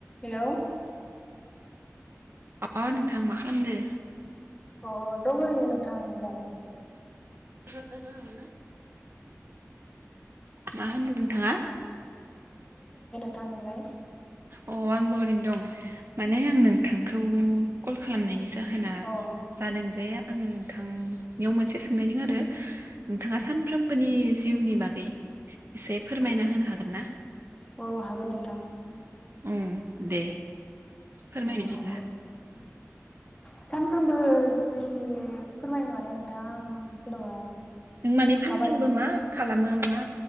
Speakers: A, on the left; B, on the right.
A: हेल'
B: अ नोंथां मा खालामदो?
A: अ दं ओरैनो नोंथां नोंलाय?
B: <unintelligible> मा होनदों नोंथाङा?
A: थां नोंलाय?
B: अ आंबो ओरैनो दं। माने आं
A: अ
B: नोंथांखौ कल खालामनायनि जा जाहोना
A: अ
B: जादों जे आङो नोंथांनियाव मोनसे सोंनायदों आरो? नोंथाङा सानफ्रोमबोनि जिउनि बागै एसे फोरमायना होनो हागोन ना?
A: औ हागोन नों
B: ओम दे फोरमाय
A: उम
B: बिदिब्ला।
A: सानफ्रोमबो जिउनि फोरमायनो माने नोंथां जेनबा
B: नों माने सानफ्रोमबो
A: माबा
B: मा खालामो मा